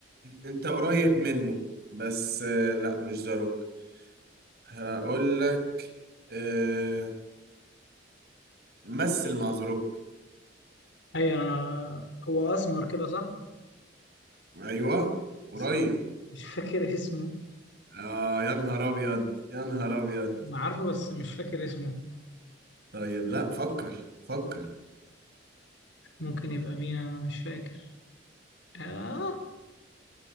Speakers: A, on the right; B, on the left.
A: انت قريب منه بس آه، لا مش ذا روك هقول لك آه، مثل مع ذا روك
B: اي انا هو اسمر كده صح
A: ايوه قريب
B: بس انا مش فاكر اسمه
A: اه يا نهار ابيض يا نهار ابيض
B: انا عارفه بس مش فاكر اسمه
A: طيب لا فكر فكر
B: ممكن يبقى مين انا مش فاكر آه